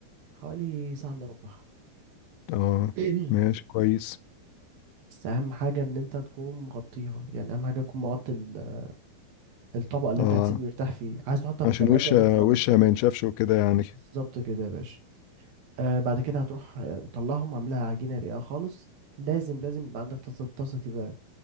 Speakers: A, on the right; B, on the left.
A: حوالي ساعة إلا ربع
B: اه
A: <clears throat>
B: ماشي كويس
A: بس أهم حاجة إن أنت تكون مغطيها يعني أهم حاجة تكون مغطي ال- الطبق اللي
B: اه
A: أنت هتسيبه يرتاح فيه عايز تحطها في
B: عشان
A: التلاجة
B: وشها
A: ينفع
B: وشها
A: بقى
B: ما ينشفش وكده يعني
A: بالظبط كده يا باشا آه بعد كده هتروح آه، مطلعهم عاملها عجينة رقيقة خالص لازم لازم يبقى عندك طاسة طاسة تيفال